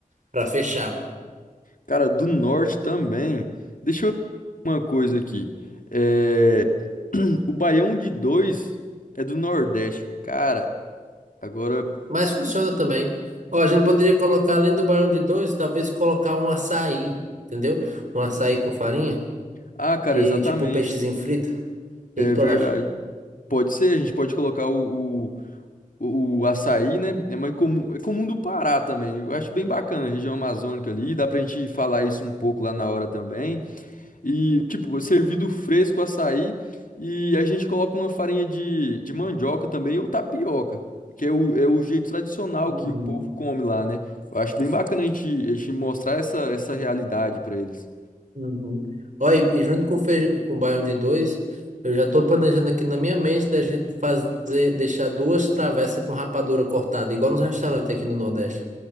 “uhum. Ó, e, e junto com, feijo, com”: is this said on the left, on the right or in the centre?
Right